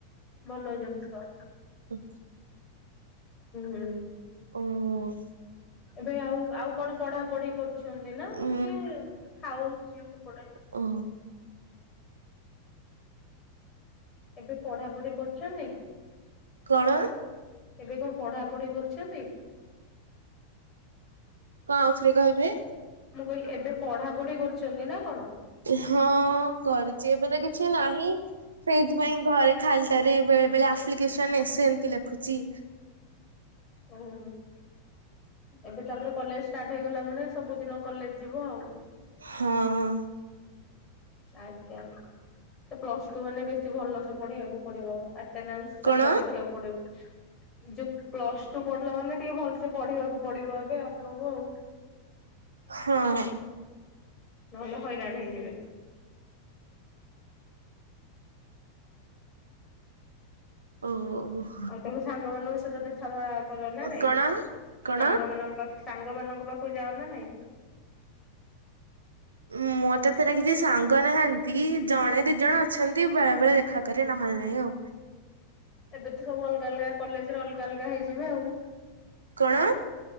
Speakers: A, on the left; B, on the right.
A: ଭଲ ଜିନିଷ।
B: ହଁ।
A: ହୁଁ ହୁଁ।
B: ହୁଁ।
A: ଏବେ ଆଉ ଆଉ କଣ ପଢା ପଢି କରୁଛନ୍ତି ନା
B: ଉଁ
A: ସିଏ ଖାଉଛି ସେପଟେ।
B: ଓ।
A: ଏବେ ପଢାପଢି କରୁଛନ୍ତି।
B: କଣ।
A: ଏବେ କଣ ପଢା ପଢି କରୁଛନ୍ତି।
B: କଣ ଆଉଥିରେ କହିବେ।
A: ମୁଁ କହିଲି ଏବେ ପଢା ପଢି କରୁଛନ୍ତି ନା କଣ।
B: ହଁ କରୁଛି ଏବେ ତ କିଛି ନାହିଁ। ସେଇଥିପାଇଁ ଘରେ ଖାଲଟାରେରେ ବେଳେ ବଳେ ଆପ୍ଲିକେସନ ଏସେ ଏମତି ଲେଖୁଛି।
A: ଓହୋ ଏବେ ତାପରେ କଲେଜ ଷ୍ଟାର୍ଟ ହେଇଗଲା ମାନେ ସବୁଦିନ କଲେଜ। ଯିବ ଆଉ।
B: ହଁ
A: ଆଜ୍ଞା ପ୍ଲସ ଟୁ ମାନେ ବେଶୀ ଭଲ ସେ ପଢିବାକୁ ପଡିବ ଆଟେନାସ୍।
B: କଣ?
A: ସରକାର ଦେଖିବାକୁ ପଡିବ। ଯୋଉ ପ୍ଲସ ଟୁ ପଢିଲା ମାନେ ଟିକେ ଭଲସେ ପଢିବାକୁ ପଡିବ ଏବେ ଆପଣଙ୍କୁ ଆଉ।
B: ହଁ।
A: ନହେଲେ ହଇରାଣ ହେଇଯିବେ।
B: ଓହହୋ।
A: ଆଉ ତମ ସାଙ୍ଗମାନାନଙ୍କ ସହିତ ଦେଖା କର ନା ନାଇଁ
B: କଣ
A: ସାଙ୍ଗମାନାନଙ୍କ
B: କଣ?
A: ପାଖ ସାଙ୍ଗ ମାନଙ୍କ ପାଖକୁ ଯାଅ ନା ନାଇଁ?
B: ମୋର ଏତେଟା କିଛି ସାଙ୍ଗ ନାହାନ୍ତି ଜଣେ ଦି ଜଣ ଅଛନ୍ତି ବେଳେ ବେଳେ ଦେଖାକରେ ନହେଲେ ନାହିଁ ଆଉ।
A: ଏବେ ତ ସବୁ ଅଲଗା ଅଲଗା କଲେଜରେ ଅଲଗା ଅଲଗା ହେଇଯିବେ ଆଉ।
B: କଣ?